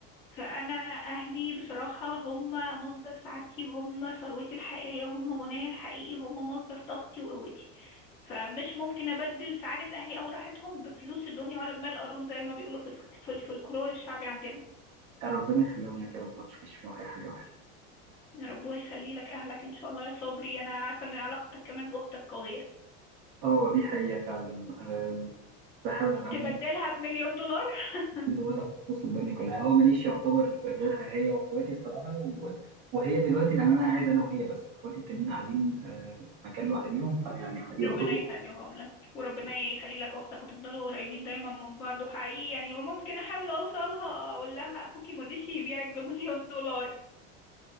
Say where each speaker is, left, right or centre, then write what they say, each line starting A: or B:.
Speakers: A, on the left; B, on the right.
A: فأنا أهلي بصراحة هم مصدر سعادتي هم ثروتي الحقيقية هم غنايا الحقيقي هم مصدر طاقتي وقوتي فمش ممكن أبدل سعادة أهلي أو راحتهم بفلوس الدنيا ولا بمال قارون زي ما بيقولوا في الف- في الفلكلور الشعبي عندنا
B: يا ربنا يخليهم لك يا رب ما تشوفيش فيهم اي حاجه وحشه
A: يا رب يخلي لك أهلك إن شاء الله يا صبري أنا عارفة إن علاقتك كمان بأختك قوية
B: اه دي حقيقه فعلا آم، بحاول على قد
A: تبدلها
B: ما
A: بمليون دولار <laughs>
B: اقدر ولا بخصوص الدنيا كلها هو ماليش يعتبر غيرها هي واخواتي الصراحه و... وهي دلوقتي لان انا قاعد انا وهي بس اخواتي التانيين قاعدين آه، مكان لوحديهم فيعني يعتبر
A: ربنا يخليهم لك وربنا يخلي لك أختك وتفضلوا قريبين دايما من بعض وحقيقي يعني ممكن أحاول أوصلها أقول لها أخوكي مرضيش يبيعك بمليون دولار